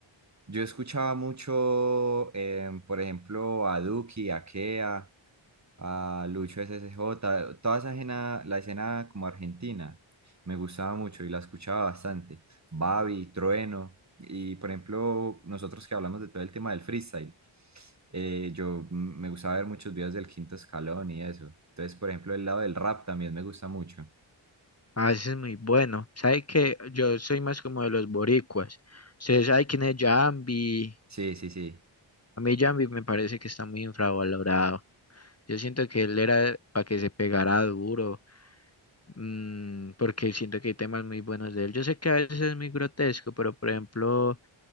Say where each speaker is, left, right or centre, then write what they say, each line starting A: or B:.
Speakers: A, on the right; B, on the left.
A: Yo escuchaba mucho, em, por ejemplo, a Duki, a Kea, a Lucho S S J toda esa escena, la escena como argentina, me gustaba mucho y la escuchaba bastante. Babi, Trueno, y por ejemplo, nosotros que hablamos de todo el tema del freestyle, eh, yo mm, me gustaba ver muchos videos del Quinto Escalón y eso. Entonces, por ejemplo, el lado del rap también me gusta mucho.
B: Ah, ese es muy bueno. ¿Sabe que Yo soy más como de los boricuas. Ustedes saben quién es Jambi.
A: Sí, sí, sí.
B: A mí Jambi me parece que está muy infravalorado. Yo siento que él era para que se pegara duro, mm, porque siento que hay temas muy buenos de él. Yo sé que a veces es muy grotesco, pero por ejemplo,